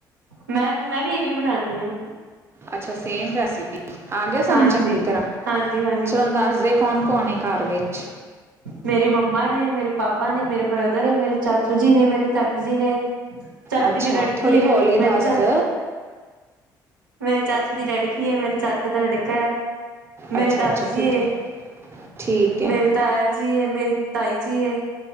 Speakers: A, on the right; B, on the right.
A: ਮੈਂ, ਮੈਂ ਵੀ ਇਵੇਂ ਬਣਾਉਦੀ ਹਾਂ।
B: ਅੱਛਾ, ਸੇਮ ਰੈਸਿਪੀ, ਆ ਗਿਆ ਸਮਝ
A: ਹਾਂਜੀ
B: ਚੰਗੀ ਤਰ੍ਹਾਂ?
A: ਹਾਂਜੀ ਹਾਂਜੀ
B: ਚਲ ਦੱਸਦੇ, ਕੌਣ- ਕੌਣ ਹੈ, ਘਰ ਵਿੱਚ?
A: ਮੇਰੀ ਮੰਮਾ ਨੇ, ਮੇਰੇ ਪਾਪਾ ਨੇ, ਮੇਰੇ ਬ੍ਰਦਰ ਨੇ, ਮੇਰੇ ਚਾਚੂ ਜੀ ਨੇ, ਮੇਰੇ ਚਾਚੀ ਜੀ ਨੇ। ਚਾਚੀ
B: ਅੱਛਾ,
A: ਦੀ ਲੜਕੀ
B: ਥੋੜੀ
A: ਹੈ
B: ਹੋਲੀ
A: ਮੇਰੇ
B: ਦੱਸ।
A: ਚਾ ਮੇਰੇ ਚਾਚੀ ਦੀ ਲੜਕੀ ਹੈ। ਮੇਰੇ ਚਾਚੇ ਦਾ ਲੜਕਾ ਹੈ। ਮੇਰੇ,
B: ਅੱਛਾ
A: ਦਾਦੀ
B: ਅੱਛਾ
A: ਜੀ
B: ਠੀਕ
A: ਏ
B: ਹੈ ਠੀਕ ਹੈ
A: ਮੇਰੇ ਤਾਇਆ ਜੀ ਏ, ਮੇਰੀ ਤਾਈ ਜੀ ਏ,